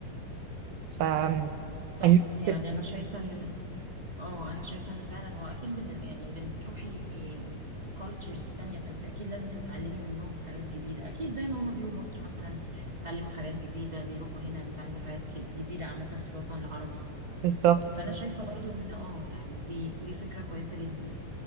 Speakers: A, on the right; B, on the right.
A: ف
B: صح
A: النفس
B: يعني أنا شايفة إن اه أنا شايفة إن فعلا هو أكيد بن... يعني بتروحي كالتشرز تانية فانت اكيد لازم تتعلمي منهم حاجات جديدة اكيد زي ما هما بيجوا مصر مثلا بيتعلموا حاجات جديدة بيروحوا هنا بيتعلموا حاجات ك- جديدة عامة في الوطن العربي
A: بالظبط
B: فانا شايفة برضو ان اه يعني دي دي فكرة كويسة جدا